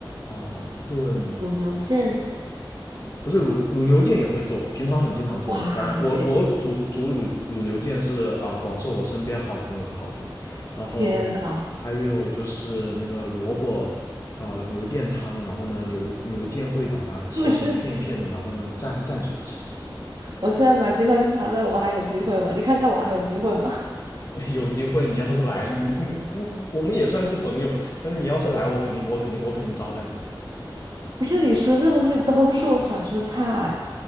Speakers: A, on the left (about 40°); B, on the right (about 60°).
A: 啊、炖，
B: 卤牛腱，
A: 不是卤卤牛腱也会做，平常很经常做。
B: 哇塞，
A: 反正我我煮煮卤卤牛腱是啊、广受我身边好朋友的好评，然后
B: 天呐！
A: 还有就是那个萝卜。啊牛腱汤，然后呢，牛牛腱会把它切成一片一片的，
B: <laughs> 不是
A: 然后呢，蘸蘸水吃。
B: 我现在买机票去加拿大，我还有机会吗？你看看我还有机会吗？
A: <laughs> 有机会你要是来，你你你我们也算是朋友。那你要是来，我肯定我肯定我肯定招待你。
B: <laughs> 不是你说这东西都是我喜欢吃的菜